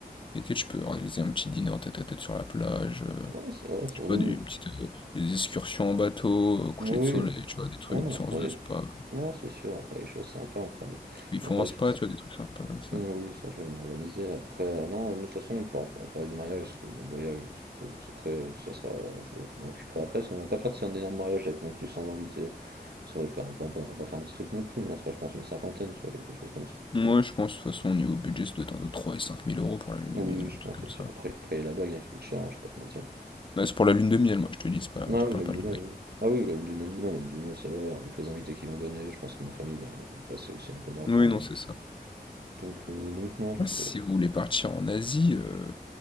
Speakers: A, on the left (about 30°); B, on the right (about 80°).
A: et tu sais, tu peux organiser un petit dîner en tête à tête sur la plage, euh,
B: Ouais, c'est vrai, c'est-
A: je sais
B: oui.
A: pas, des, une petite, euh, des excursions en bateau, euh, coucher
B: Oui.
A: de soleil,
B: Oui.
A: tu vois, des trucs,
B: Oh non,
A: des séances
B: on fera
A: de
B: des...
A: spa.
B: Non, c'est sûr, on fera des choses sympas, on fera des,
A: Ils font
B: on fera
A: un
B: des
A: spa,
B: choses...
A: tu vois, des trucs sympas comme ça.
B: Oui, ça je vais m'organiser. Après, euh, non, nous, de toute façon, on pourra, on pourra parler du mariage, parce que bon, le voyage, ça peu c'est prêt, euh, ça sera, je, le- je m'en occuperai après, parce qu'on va pas faire de- c'est un énorme mariage avec non plus 100 invités. Ça va faire un peu, bon, on va pas faire un petit truc non plus, mais on sera, je pense, une cinquantaine, tu vois, quelque chose comme ça.
A: Moi, je pense, de toute façon, au niveau budget, ça doit être entre 3 et cinq mille euros pour la lune
B: Oui,
A: de miel,
B: je
A: un truc
B: pense
A: comme
B: aussi.
A: ça.
B: Après, après il y a la bague hein, qui coûte cher, hein, je vais pas te mentir.
A: Mais c'est pour la lune de miel, moi, je te dis, c'est pas,
B: Ah
A: je te
B: oui,
A: parle
B: l'homme
A: pas
B: de
A: de
B: mail, oui. Ah oui, l'homme de mail, oui, non, mais le de mail, ça va, avec les invités qu'ils vont donner, je pense que ma famille va, va me passer aussi un peu d'argent.
A: Oui, non, c'est ça.
B: Donc, euh, donc non, je
A: Moi,
B: me fais.
A: si vous voulez partir en Asie, euh,